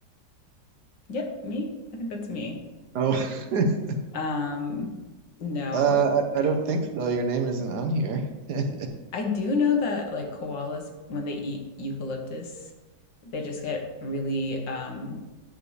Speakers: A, on the left; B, on the right.
A: Yep, me. I think that's me.
B: Oh, <laughs>
A: Um, no,
B: uh, I
A: eh
B: I don't think so. Your name isn't on here. <laughs> Is
A: I do know that, like, koalas, when they eat eucalyptus, they just get really, um,